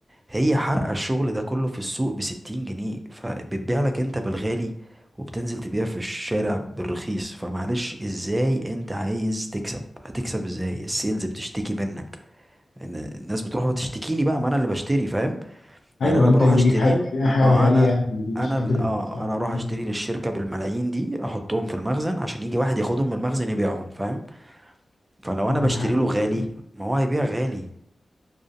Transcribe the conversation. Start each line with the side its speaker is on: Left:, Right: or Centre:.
Right: هي حارقة الشغل ده كله في السوق ب 60 جنيه فبتبيع لك انت بالغالي وبتنزل تبيع في الشارع بالرخيص فمعلش ازاي انت عايز تكسب هتكسب ازاي السيلز بتشتكي منك ان الناس بتروح وتشتكيني بقى ما انا اللي بشتري فاهم يعني
Left: ايوه
Right: انا
Left: انت
Right: بروح
Left: اللي
Right: اشتريه
Left: بيجيب حاجه يعني حاجه
Right: اه
Left: غاليه
Right: انا
Left: ما بيجيبش
Right: انا ال-
Left: قدر الرخيص
Right: اه
Left: أو الكلام
Right: انا اروح اشتري
Left: ده
Right: للشركه بالملايين دي احطهم في المخزن عشان يجي واحد ياخدهم من المخزن يبيعهم فاهم فلو
Left: يعني
Right: انا بشتري
Left: حاجه
Right: له
Left: غريبه
Right: غالي ما هو هيبيع غالي